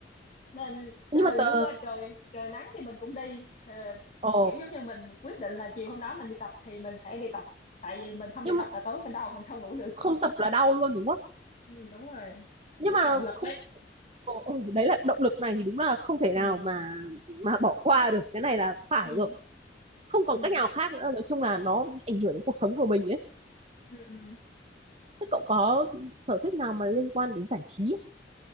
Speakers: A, on the left (about 40°); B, on the right (about 35°).
A: nên trời
B: nhưng mà tớ
A: mưa trời trời nắng thì mình cũng đi Ờ,
B: ờ
A: kiểu giống như mình quyết định là chiều hôm đó mình đi tập thì mình sẽ đi tập tại vì mình không
B: nhưng
A: đi tập
B: mà
A: là tối mình đau mình không ngủ được
B: không tập là đau luôn đúng không
A: ừ, đúng rồi
B: nhưng
A: nó
B: mà
A: có động lực
B: không
A: đấy
B: ờ, ờ, đấy là động lực này thì đúng là không thể
A: ừ
B: nào mà mà bỏ qua được cái này là phải
A: ừ
B: rồi không
A: ừ
B: còn cách nào khác nữa nói chung là nó ảnh hưởng đến cuộc sống của mình ấy
A: ừ ừ.
B: thế cậu có sở thích nào mà liên quan đến giải trí không?